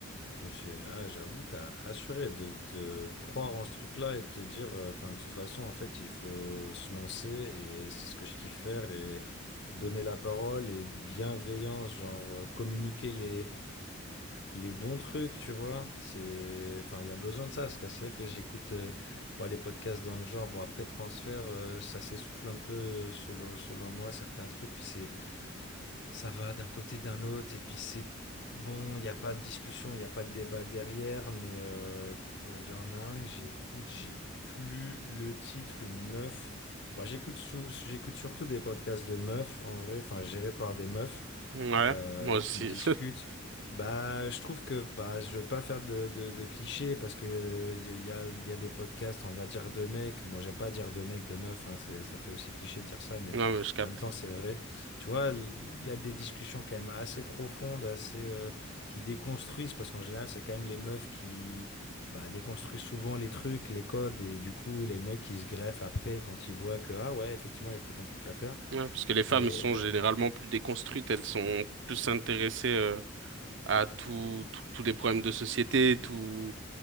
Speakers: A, on the left; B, on the right.
A: Monsieur, ah, j'avoue, t'as assuré de, de croire en ce truc-là et de te dire, euh, enfin, de toute façon, en fait, il faut se lancer et c'est ce que je kiffe faire et donner la parole et bienveillance, genre euh, communiquer les, les bons trucs, tu vois. C'est, enfin, il y a besoin de ça, parce que c'est vrai que j'écoute euh, bon, les podcasts dans le genre. Bon, après transfert, euh, ça s'essouffle un peu euh, selon, selon moi certains trucs. Puis c'est ça va d'un côté d'un autre et puis c'est bon, il n'y a pas de discussion, il n'y a pas de débat derrière, mais euh, euh, il y en a un que j'écoute, j'ai plus le titre, une meuf. Moi, j'écoute sou- j'écoute surtout des podcasts de meufs, en vrai, enfin gérés par des meufs
B: Ouais,
A: euh,
B: moi aussi.
A: qui discutent.
B: <laughs>
A: Bah, je trouve que bah, je veux pas faire de, de, de clichés parce que euh, il y, a, il y a il y a des podcasts, on va dire de mecs. Bon, j'aime pas dire de mecs, de meufs, hein, c'est, ça fait aussi cliché de dire ça, mais
B: Non, mais je capte.
A: en même temps, c'est vrai. Tu vois, il y a des discussions quand même assez profondes, assez euh, qui déconstruisent, parce qu'en général, c'est quand même les meufs qui bah, déconstruisent souvent les trucs, les codes, et du coup, les mecs, ils se greffent après quand ils voient que, ah ouais, effectivement, il y a peut-être un truc à faire.
B: Ouais, parce que les femmes
A: Et
B: sont
A: euh,
B: généralement plus déconstruites, elles sont plus intéressées euh, à tout, tout- tous les problèmes de société, tout,